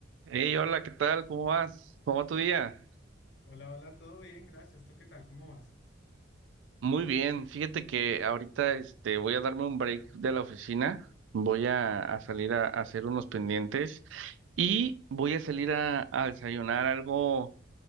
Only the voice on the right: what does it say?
Hey, hola, ¿qué tal? ¿Cómo vas? ¿Cómo va tu día?
Muy bien, fíjate que ahorita este, voy a darme un break de la oficina, voy a, a salir a, a hacer unos pendientes y voy a salir a, a desayunar algo